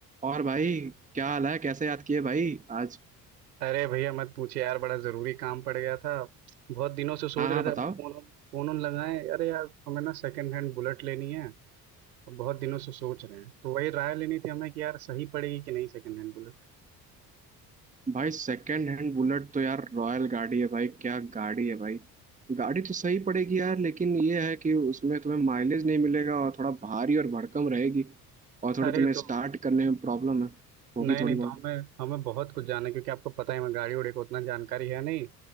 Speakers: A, on the right (about 15°); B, on the right (about 80°).
A: और भाई क्या हाल है कैसे याद किए भाई आज
B: अरे भैया मत पूछे यार बड़ा जरूरी काम पड़ गया था बहुत दिनों से सोच
A: हाँ
B: रहे
A: हाँ
B: थे
A: बताओ
B: आपको फोन फोन उन लगाएं अरे यार हमें ना सेकंड हैंड बुलेट लेनी है और बहुत दिनों से सोच रहे हैं तो वही राय लेनी थी हमें कि यार सही पड़ेगी कि नहीं सेकंड हैंड बुलेट
A: भाई सेकंड हैंड बुलेट तो यार रॉयल गाड़ी है भाई क्या गाड़ी है भाई गाड़ी तो सही पड़ेगी यार लेकिन ये है कि उसमें तुम्हें माइलेज नहीं मिलेगा और थोड़ा भारी और भड़कम रहेगी और थोड़ा
B: अरे
A: तुम्हें
B: तो
A: स्टार्ट करने में प्रॉब्लम है होगी
B: नहीं
A: थोड़ी
B: नहीं
A: बहुत
B: तो हमें हमें बहुत कुछ जानना है क्योंकि आपको पता है हमें गाड़ी उड़ी को उतना जानकारी है नहीं